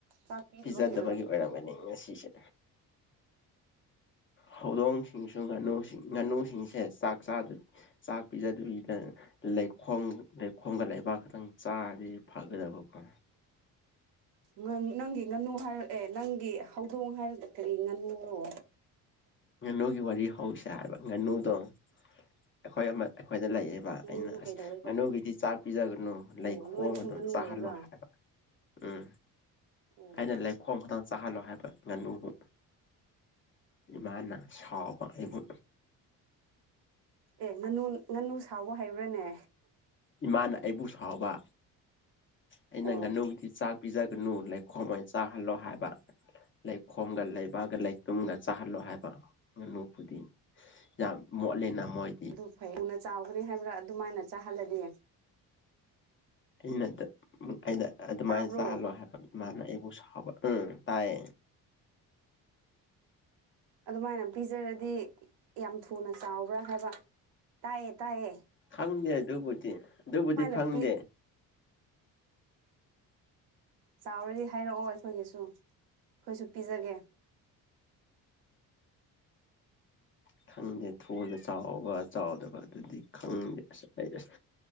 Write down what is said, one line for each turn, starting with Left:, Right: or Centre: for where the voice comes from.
Right: ꯆꯥꯛ ꯄꯤꯗꯕꯒꯤ
Left: ꯄꯤꯖꯗꯕꯒꯤ ꯑꯣꯏꯔꯝꯒꯅꯤ ꯉꯁꯤꯁꯦ ꯍꯧꯗꯣꯡꯁꯤꯡꯁꯨ ꯉꯥꯅꯨꯁꯤꯡ ꯉꯥꯅꯨꯁꯤꯡꯁꯦ ꯆꯥꯛ ꯆꯥꯗ꯭ꯔ ꯆꯥꯛ ꯄꯤꯖꯗꯕꯤꯗ ꯂꯩꯈꯣꯡ ꯂꯩꯈꯣꯡꯒ ꯂꯩꯕꯥꯛ ꯈꯛꯇꯪ ꯆꯥꯔꯗꯤ ꯐꯒꯗꯕꯀꯣ
Right: ꯅꯪ ꯅꯪꯒꯤ ꯉꯥꯅꯨ ꯍꯥꯏꯔꯛ ꯑꯦ ꯅꯪꯒꯤ ꯍꯧꯗꯣꯡ ꯍꯥꯏꯔꯒ ꯀꯔꯤ ꯉꯥꯅꯨꯔꯣ
Left: ꯉꯥꯅꯨꯒꯤ ꯋꯥꯔꯤ ꯍꯧꯁꯦ ꯍꯥꯏꯕ ꯉꯥꯅꯨꯗꯣ ꯑꯩꯈꯣꯏ ꯑꯃ ꯑꯩꯈꯣꯏꯗ ꯂꯩꯌꯦꯕ
Right: ꯉꯥꯅꯨꯗꯣ
Left: ꯑꯩꯅ ꯑꯁ
Right: ꯀꯩꯗꯧꯋꯦꯕ
Left: ꯉꯥꯅꯨꯒꯤꯗꯤ ꯆꯥꯛ ꯄꯤꯖꯒꯅꯨ ꯂꯩ
Right: ꯑꯣ
Left: ꯈꯣꯡ
Right: ꯅꯣꯏꯒꯤꯁꯨ
Left: ꯑꯗꯨꯝ
Right: ꯉꯥꯅꯨ
Left: ꯆꯥꯍꯜꯂꯣ
Right: ꯂꯩꯕ꯭ꯔꯥ
Left: ꯍꯥꯏꯕ ꯎꯝ
Right: ꯑꯣ
Left: ꯑꯩꯅ ꯂꯩꯈꯣꯝ ꯈꯇꯪ ꯆꯥꯍꯜꯂꯣ ꯍꯥꯏꯕ ꯉꯥꯅꯨꯕꯨ ꯏꯃꯥꯅ ꯁꯥꯎꯕ ꯑꯩꯕꯨ
Right: ꯑꯦ ꯉꯥꯅꯨ ꯉꯥꯅꯨ ꯁꯥꯎꯕ ꯍꯩꯕ꯭ꯔꯥꯅꯦ
Left: ꯏꯃꯥꯅ ꯑꯩꯕꯨ ꯁꯥꯎꯕ ꯑꯩꯅ
Right: ꯑꯣ
Left: ꯉꯥꯅꯨꯒꯤ ꯆꯥꯛ ꯄꯤꯖꯒꯅꯨ ꯂꯩꯈꯣꯝ ꯑꯣꯏꯅ ꯆꯥꯍꯜꯂꯣ ꯍꯥꯏꯕ ꯂꯩꯈꯣꯝꯒ ꯂꯩꯕ ꯅꯨꯄꯥꯒ ꯂꯩꯇꯨꯝꯒ ꯆꯥꯍꯜꯂꯣ ꯍꯥꯏꯕ ꯉꯥꯅꯨꯕꯨꯗꯤ ꯌꯥꯝ ꯃꯣꯠꯂꯦꯅ ꯃꯣꯏꯗꯤ
Right: ꯑꯗꯨ ꯐꯩ ꯎꯅ ꯆꯥꯎꯒꯅꯤ ꯍꯥꯏꯕ꯭ꯔꯥ ꯑꯗꯨꯃꯥꯏꯅ ꯆꯥꯍꯜꯂꯅꯤ
Left: ꯑꯩꯅꯗ ꯑꯩꯗ ꯑꯗꯨꯃꯥꯏꯅ
Right: ꯇꯥꯕ꯭ꯔꯣ
Left: ꯆꯥꯍꯜꯂꯣ ꯍꯥꯏꯕ ꯏꯃꯥꯅ ꯁꯕ ꯎꯝ ꯇꯥꯏ
Right: ꯑꯗꯨꯃꯥꯏꯅ ꯄꯤꯖꯔꯗꯤ ꯌꯥꯝ ꯊꯨꯅ ꯆꯥꯎꯕ꯭ꯔꯥ ꯍꯥꯏꯕ ꯇꯥꯏꯌꯦꯦ ꯇꯥꯏꯑꯦ
Left: ꯈꯪꯗꯦ ꯑꯗꯨꯕꯨꯗꯤ ꯑꯗꯨꯕꯨꯗꯤ ꯈꯪꯗꯦ
Right: ꯄꯤ ꯆꯥꯎꯔꯗꯤ ꯍꯥꯏꯔꯛꯑꯣ ꯑꯩꯈꯣꯏꯒꯤꯁꯨ ꯑꯩꯈꯣꯏꯁꯨ ꯄꯤꯖꯒꯦ
Left: ꯑ ꯈꯪꯗꯦ ꯊꯨꯅ ꯆꯥꯎꯕ ꯆꯥꯎꯗꯕ ꯑꯗꯨꯗꯤ ꯈꯪꯗꯦ ꯑꯁ ꯑꯩ ꯑꯁ